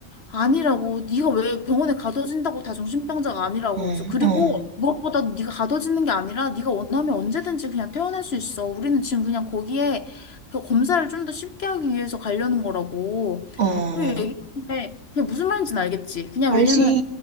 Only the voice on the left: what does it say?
아니라고 네가 왜 병원에 가둬진다고 다 정신병자가 아니라고
그러면서 그리고
무엇보다 네가 가둬지는 게 아니라 네가 원하면 언제든지 그냥 퇴원할 수 있어 우리는 지금 그냥 거기에 그 검사를 좀 더 쉽게 하기 위해서 가려는 거라고
그리고 얘기했는데 그게 무슨 말인지는 알겠지 그냥
왜냐면